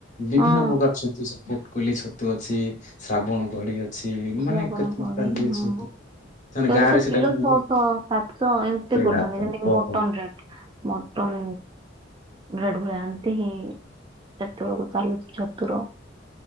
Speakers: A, on the left (about 40°); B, on the right (about 25°).
A: ବିଭିନ୍ନ
B: ହଁ
A: ପ୍ରକାର ଛତୁ ସେ ପୋଟକଲି ଛତୁ ଅଛି ଶ୍ରାବଣ କଳେ ଛି
B: ଶ୍ରାବଣ
A: ମାନେ କେତେ
B: କୋଳି
A: ପ୍ରକାର
B: ହଁ ସେଇଟା
A: ବି ଅଛି ଛତୁ ସେମାନେ ଗାଁ
B: ତ
A: ରେ ସେଟା
B: କିଲୋ
A: କୁହନ୍ତି
B: ଛଅଶହ ସାତଶହ ଏମତି
A: ସେଇଟା
B: କରୁଛନ୍ତି
A: ତ
B: ଯେମିତିକି
A: ଓହୋ।
B: ମଟନ୍ ଯାନ୍ତି ମଟନ୍ ଦେଢ଼ ଭଳିଆ ଆନ୍ତି ହିଁ କେତେବେଳକୁ ଚାଲୁଛି ଛତୁର